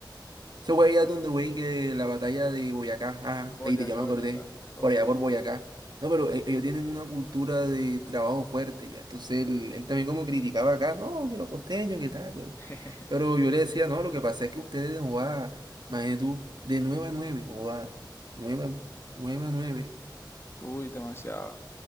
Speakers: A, on the right; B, on the left.
A: Ese fue allá donde, güey, que la batalla de Boyacá, ajá,
B: Boyacá,
A: ahí te ya me acordé,
B: Boyacá. Ok.
A: por allá por Boyacá. No, pero e- ellos tienen una cultura de trabajo fuerte, ya. Entonces él, él también como criticaba acá, no, que los costeños, que tal, pero,
B: <laughs>
A: pero yo
B: Sí.
A: le decía, no, lo que pasa es que ustedes, joda, imagínate tú, de 9 a 9, joda, 9 a 9, a 9.
B: <gasps> Uy, demasiado.